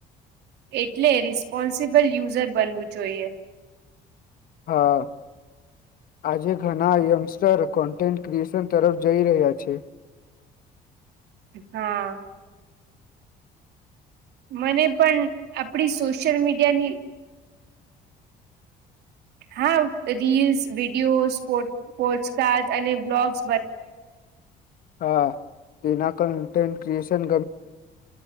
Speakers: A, on the right; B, on the left.
A: એટલે રિસ્પોન્સિબલ યુઝર બનવું જોઈએ
B: હા આજે ઘણા યંગસ્ટર કોન્ટેન્ટ ક્રિએશન તરફ જઈ રહ્યા
A: હા મને પણ આપડી સોશિયલ મીડિયાની હા રીલ્સ વિડીયોઝ પોસ્ટકાસ્ટ અને બ્લોગ્સ
B: હા તેના કન્ટેન્ટ ક્રિએશન